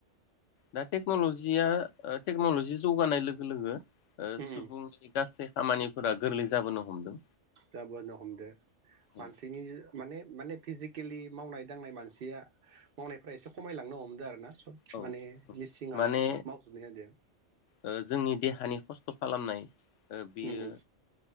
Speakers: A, on the left; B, on the right.
A: दा टेक्नलजिया ओ टेक्नलजि जौगानाय लोगो लोगो ओ
B: उम
A: सुबुंनि
B: उम
A: गासै खामानि फोरा गोरलै जोबोनो हमदों
B: जाबोनो हमदो मानसिनि
A: औ
B: माने-माने फिजि केलि मावनाय दांनाय मानसिया मावनायफोरा एसे खमायलांनो हमदो आरो ना सब
A: औ
B: माने मेसिङानो
A: माने
B: मावजोबनाय जादों
A: ओ जोंनि देहानि खस्थ' खालामनाय ओ बियो
B: अम अम